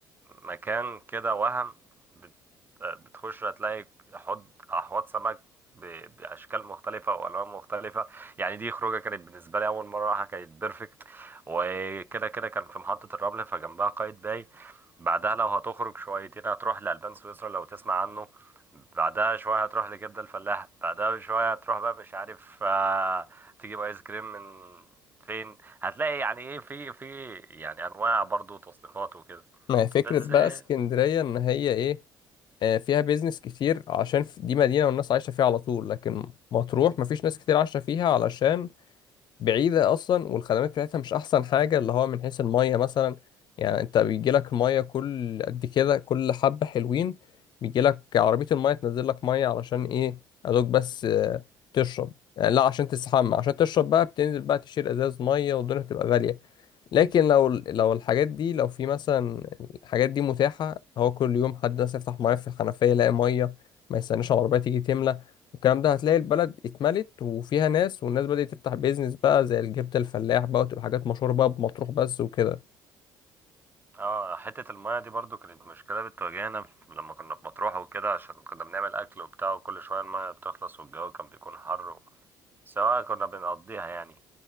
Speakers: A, on the right; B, on the left.
A: مكان كده وهم بت- بتخش هتلاقي حوض احواض سمك ب- باشكال مختلفه والوان مختلفه يعني دي خروجه كانت بالنسبه لي اول مره راحه كانت بيرفكت وكده كده كان في محطه الرمل فجنبها قايد باي بعدها لو هتخرج شويتين هتروح لألبان سويسرا لو تسمع عنه بعدها شوية هتروح لجدة الفلاح بعدها بشوية هتروح بقى مش عارف آه، تجيب ايس كريم من فين هتلاقي يعني ايه في في يعني انواع برضو تصنيفات وكده
B: ما هي فكرة
A: بس
B: بقى
A: ايه،
B: اسكندرية إن هي إيه آه، فيها بيزنس كتير عشان ف- دي مدينة والناس عايشة فيها على طول لكن مطروح مفيش ناس كتير عايشة فيها علشان بعيدة أصلا والخدمات بتاعتها مش أحسن حاجة اللي هو من حيث المية مثلا يعني أنت بيجيلك المية كل قد كده كل حبة حلوين بيجيلك عربية المية تنزل لك مية علشان إيه أدوك بس آه، تشرب آه، لا عشان تستحمى عشان تشرب بقى بتنزل بقى تشيل ازاز ميه والدنيا بتبقى غاليه لكن لو لو الحاجات دي لو في مثلا الحاجات دي متاحة هو كل يوم حد مثلا يفتح ميه في الحنفية يلاقي ميه ما يستناش العربية تيجي تملى والكلام ده هتلاقي البلد اتملت وفيها ناس والناس بدأت تفتح بيزنس بقى زي الجبت الفلاح بقى وتبقى حاجات مشهورة بقى بمطروح بس وكده
A: اه حتة المية دي برضو كانت مشكلة بتواجهنا في- لما كنا في مطروح وكده عشان كنا بنعمل أكل وبتاع وكل شوية المية بتخلص والجو كان بيكون حر و... سواء كنا بنقضيها يعني